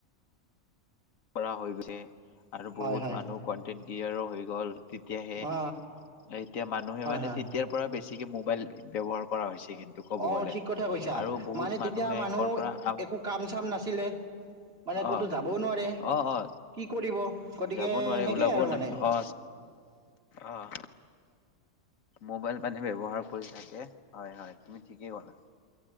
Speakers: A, on the left (about 70°); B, on the right (about 45°).
A: কৰা হৈ গৈছে আৰু
B: হয়
A: বহুত
B: হয়
A: মানুহ কন্টেনট ক্ৰিয়েটাৰ হৈ গ'ল। তেতিয়াহে
B: অ
A: এতিয়া মানুহে
B: হয়
A: মানে
B: হয়
A: তেতিয়াৰ পৰা বেছিকে মোবাইল। ব্যৱহাৰ কৰা হৈছে কিন্তু ক'ব
B: অ
A: গলে
B: ঠিক কথা কৈছা
A: আৰু বহুত
B: মানে তেতিয়া
A: মানুহে
B: মানুহ
A: কৰ পৰা।
B: একো কাম চাম নাছিলে মানে ক'তো
A: অহ
B: যাবও নোৱাৰে
A: অহ অ।
B: কি কৰিব গতিকে
A: যাব নোৱাৰি
B: সেনেকেই
A: ওলাবও
B: আৰু
A: নাই
B: মানে
A: অ। অহ। মবাইল পানে ব্যৱহাৰ কৰি থাকে হয় হয় তুমি ঠিকেই ক'লা।